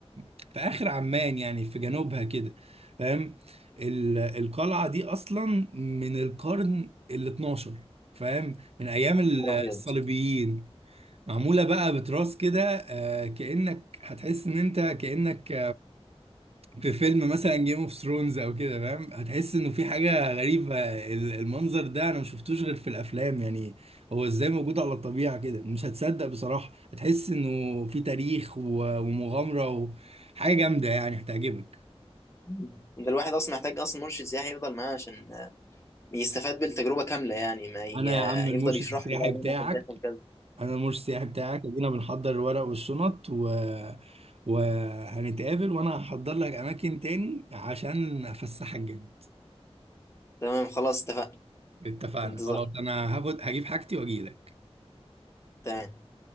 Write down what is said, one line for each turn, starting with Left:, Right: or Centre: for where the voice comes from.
Right: في آخر عمان يعني في جنوبها كده فاهم ال- القلعة دي أصلا من القرن ال 12 فاهم من أيام ال-
Left: نهار
Right: الصليبيين
Left: أبيض
Right: معمولة بقى بتراس كده آه، كأنك هتحس إن أنت كأنك في فيلم مثلا جيم اوف ثرونز او كده فاهم هتحس انه في حاجه غريبه ال- المنظر ده انا ما شفتوش غير في الافلام يعني هو ازاي موجود على الطبيعه كده مش هتصدق بصراحه هتحس انه في تاريخ و- ومغامره وحاجه جامده يعني هتعجبك
Left: مم. ده الواحد اصلا محتاج اصلا مرشد سياحي يفضل معاه عشان آه، يستفاد بالتجربه كامله يعني ما ي-
Right: انا
Left: آه،
Right: يا عم
Left: يفضل
Right: المرشد
Left: يشرح
Right: السياحي
Left: له بقى
Right: بتاعك
Left: هنا كان بيحصل كذا
Right: انا المرشد السياحي بتاعك ادينا بنحضر الورق والشنط و وهنتقابل وانا هحضر لك اماكن تاني عشان افسحك جامد
Left: تمام خلاص اتفقنا
Right: اتفقنا
Left: في انتظار
Right: خلاص انا هاخد هجيب حاجتي واجيلك
Left: تمام